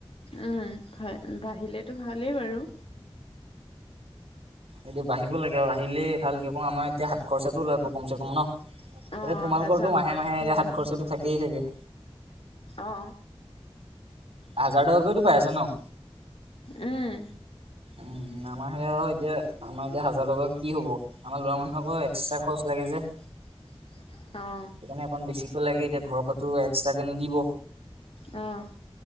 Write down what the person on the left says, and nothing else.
উম, ভাল বাঢ়িলেতো ভালেই বাৰু।
অ
অহা যোৱা
ভাড়াটো
ওলাব
অ
উম,
<inaudible> অ
অ',